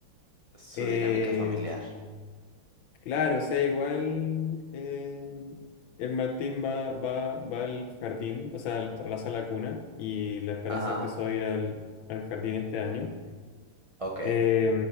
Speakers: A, on the right (about 60°); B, on the left (about 75°).
A: Su
B: Em,
A: dinámica familiar.
B: Claro, o sea, igual eh, el Martín va, va, va al jardín, o sea, al- a la sala cuna, y la Esperanza
A: Ajá,
B: empezó a ir al, al jardín este año.
A: ok.
B: Eh,